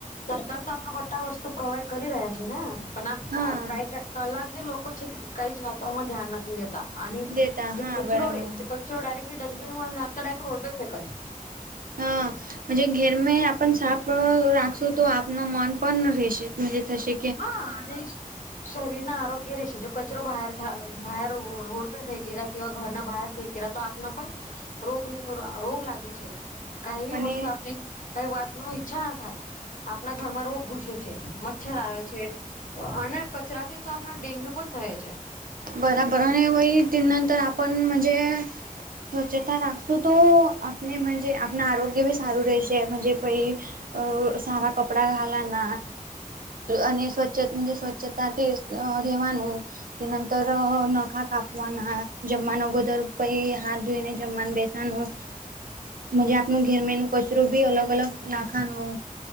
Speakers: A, on the left; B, on the right.
A: સરકાર તો આપણા બટા વસ્તુ પ્રોવાઈડ કરી રહ્યા છે ને, પણ આ
B: હા
A: આ કાયદા કલાક જે લોકો છે, કે કઈ જ વાતોમાં ધ્યાન નથી દેતા અને
B: દેતા
A: જે
B: હા
A: કચરો
B: બરાબર
A: રે કચરો ડાયરેકલી ડસ્ટબિનમાં નાખતા ડાયરેક રોડપે ફેકજ
B: હા. ઘેર મે આપ સાફ રાખશું તો આપનું મન પણ રહેશે થશે.
A: હા અને શરીરના આરોગ્ય રશે જો કચરોરર બહાર રોડ પે ભેગેલા કેવા ઘરના બહર ફે કે તો આપના પણ રોગ રોગ લાગે છે. કઈ
B: અને
A: વસ્તુ આપની કઈ વાત ન ઈચ્છા ના થાય, આપણા ઘરમાં રોગ ઘુસે મચ્છર આવે છે અને કચરાથી તો આપણ ડેન્ગ્યુ પણ થય છે.
B: બરાબર અને વહી ત નંતર આપણ મજે સ્વચ્છતા રાખશું તો આપનેજે આપના આરોગ્ય બી સારું રહેશે મજ પ અ સારા કપડા ઘાલાના અને સ્વચ્છ સ્વચ્છતાથી રહેેવાનું તેર ત નખા કાપવાના, જમવાનું અગોદર પછ હાથ ધોઈ ને જમવાનું બેસનું
A: <inaudible>
B: જ આપનું ઘર મેન કચરું બી અલગ અલગ લાખાનું